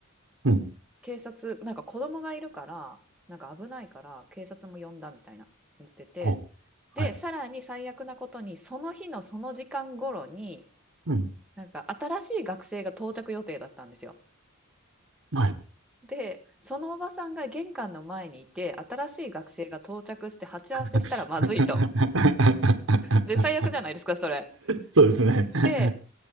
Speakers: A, on the right (about 65°); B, in the centre.
A: うん。
B: 警察、なんか子供がいるから、なんか危ないから警察も呼んだみたいな言ってて。
A: ほう。
B: で、
A: はい。
B: さらに最悪なことに、その日のその時間頃に、
A: うん。
B: なんか新しい学生が到着予定だったんですよ。
A: はい。
B: で、そのおばさんが玄関の前にいて、新しい学生が到着して鉢合わせしたらまずいと。
A: <laughs>
B: で、最悪じゃないですか、それ。
A: そうですね。
B: で、
A: <laughs>